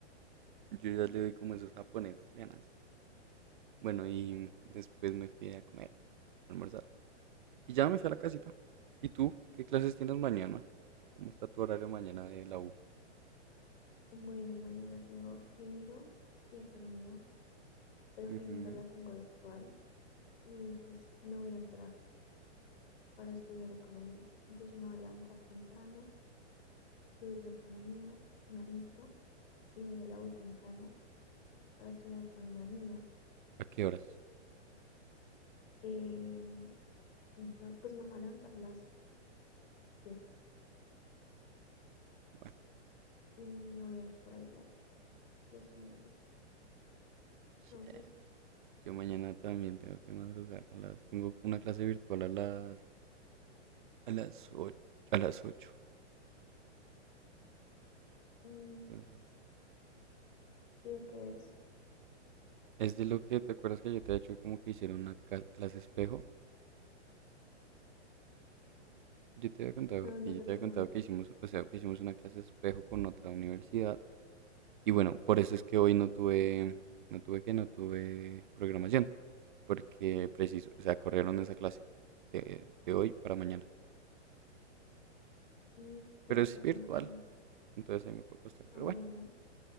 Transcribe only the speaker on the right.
Yo ya le doy como esos japoneses que le dan así. Bueno, y después me fui a comer, a almorzar. Y ya me fui a la casita. ¿Y tú? ¿Qué clases tienes mañana? ¿Cómo está tu horario mañana de la U?
Ujú.
¿A qué horas?
Bueno,
shit.
Yo mañana también tengo que madrugar. A las, tengo una clase virtual a las, a las 8 A las ocho
Entonces,
es de lo que te acuerdas que yo te había hecho como que hicieron una ca- clase espejo. Yo te había contado,
sí,
yo te había contado que hicimos, o sea, que hicimos una clase espejo con otra universidad Y bueno, por eso es que hoy no tuve, no tuve que, no tuve programación, porque preciso, o sea, corrieron esa clase de, de hoy para mañana.
Pero
es
virtual,
entonces ahí me puede costar.
Pero
bueno,